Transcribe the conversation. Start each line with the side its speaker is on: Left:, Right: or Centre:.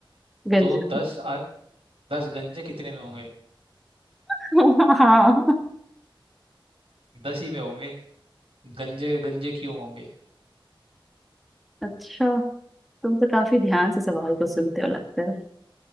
Centre: गंजे
Right: तो दस आ, दस गंजे कितने में होंगे
Centre: <laughs> हाँ
Right: दस ही में होंगे गंजे गंजे क्यों होंगे
Centre: अच्छा तुम तो काफी ध्यान से सवाल को सुनते हो लगता है